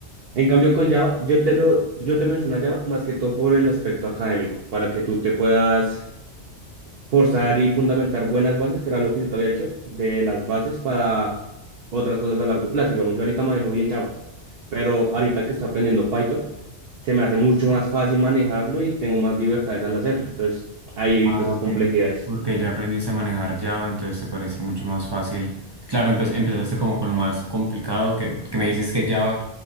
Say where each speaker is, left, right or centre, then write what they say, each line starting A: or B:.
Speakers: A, on the right; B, on the right.
A: En cambio, con Java, yo te lo, yo te menciono a Java más que todo por el aspecto académico, para que tú te puedas forzar y fundamentar buenas bases, que era lo que yo te había dicho, de las bases para otras cosas a largo plazo. Digamos, yo ahorita manejo bien Java, pero ahorita que estoy aprendiendo Python, se me hace mucho más fácil manejarlo y tengo más libertades al hacerlo. Entonces, ahí evito
B: Ah,
A: esas
B: ok.
A: complejidades.
B: Porque ya aprendiste a manejar Java, entonces te parece mucho más fácil. Claro, empe- empezaste como con lo más complicado que, que me dices que Java,